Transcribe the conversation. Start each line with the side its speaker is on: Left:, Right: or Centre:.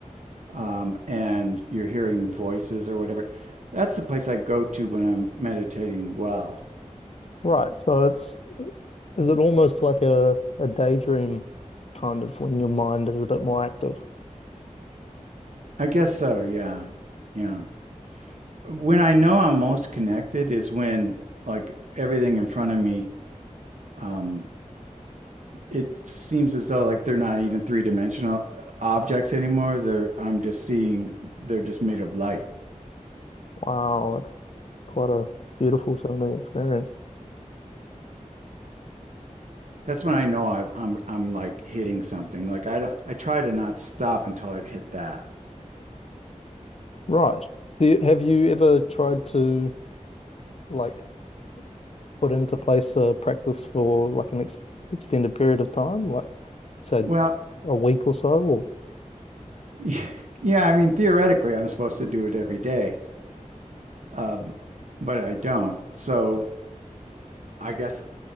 Right: um, and you're hearing voices or whatever. That's the place I go to when I'm meditating well.
Left: Right, so it's is it almost like a, a daydream kind of when your mind is a bit more active?
Right: I guess so, yeah. Yeah. When I know I'm most connected is when like everything in front of me um, it seems as though like they're not even three-dimensional uh, objects anymore. They're I'm just seeing they're just made of light.
Left: Wow, that's quite a beautiful sounding experience.
Right: That's when I know I've, I'm I'm like hitting something. Like I don't I try to not stop until I've hit that.
Left: Right. Do you, have you ever tried to like put into place a practice for like an ex extended period of time, like say
Right: Well,
Left: a week or so? Or
Right: <laughs> yeah, I mean theoretically I'm supposed to do it every day, um, but I don't. So I guess